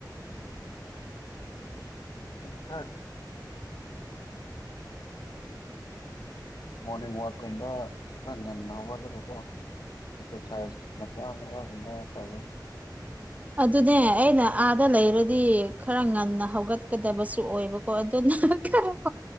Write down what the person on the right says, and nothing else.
ꯑꯗꯨꯅꯦ ꯑꯩꯅ ꯑꯥꯗ ꯂꯩꯔꯗꯤ ꯈꯔ ꯉꯟꯅ ꯍꯧꯒꯠꯀꯗꯕꯁꯨ ꯑꯣꯏꯕ ꯑꯗꯨ ꯅꯪ <unintelligible>